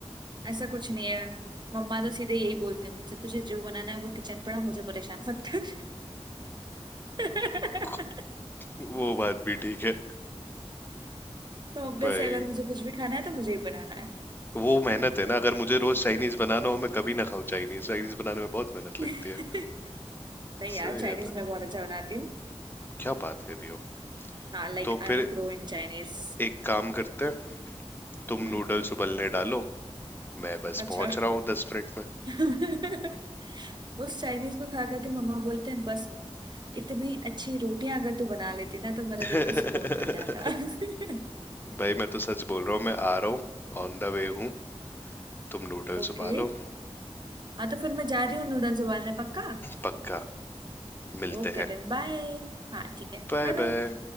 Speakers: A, on the right; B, on the left.
A: ऐसा कुछ नहीं है मम्मा तो सीधे यही बोलते हैं मुझसे तुझे जो बनाना है वो किचन पड़ा मुझे परेशान मत कर <laughs>
B: <laughs> वो बात भी ठीक है
A: तो ऑब्वियस
B: भाई
A: है अगर मुझे कुछ भी खाना है तो मुझे ही बनाना है
B: वो मेहनत है ना अगर मुझे रोज चाइनीज बनाना हो मैं कभी ना खाऊं चाइनीज चाइनीज बनाने में बहुत मेहनत
A: <laughs>
B: लगती
A: नहीं
B: है सही
A: यार चाइनीज
B: है भाई
A: मैं बहुत अच्छा बनाती हूँ
B: क्या बात कर रही हो
A: हाँ like
B: तो
A: I
B: फिर
A: am pro in Chinese
B: एक काम करते हैं तुम
A: हम्म
B: नूडल्स उबलने डालो मैं बस
A: अच्छा।
B: पहुंच रहा हूँ दस मिनट में
A: <laughs> उस चाइनीज को खा खा के मम्मा बोलते हैं बस मम्मा इतनी अच्छी रोटियां अगर तू बना लेती ना तो मेरा
B: <laughs>
A: दिल को सुकून मिल जाता <laughs>
B: भाई मैं तो सच बोल रहा हूँ मैं आ रहा हूँ ऑन द वे हूँ तुम नूडल्स
A: ओके
B: उबालो
A: हाँ तो फिर मैं जा रही हूँ नूडल्स उबालने पक्का
B: पक्का मिलते
A: Okay
B: हैं
A: then bye हाँ ठीक है
B: Bye
A: बाय
B: bye
A: बाय